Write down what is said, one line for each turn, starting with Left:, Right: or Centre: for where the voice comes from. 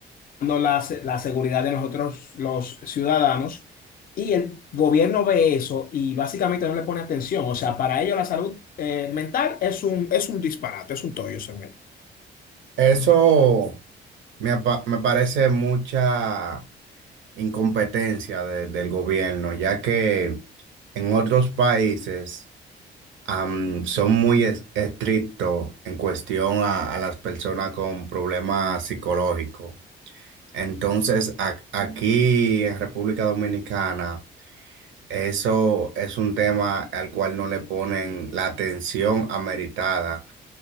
Left: la, se- la seguridad de nosotros los ciudadanos y el gobierno ve eso y básicamente no le pone atención. O sea, para ellos la salud eh, mental es un, es un disparate, es un tollo, según ellos.
Right: Eso me, apa- me parece mucha incompetencia de- del gobierno, ya que en otros países am, son muy es- estrictos en cuestión a, a las personas con problemas psicológicos. Entonces, ac- aquí en República Dominicana, eso es un tema al cual no le ponen la atención ameritada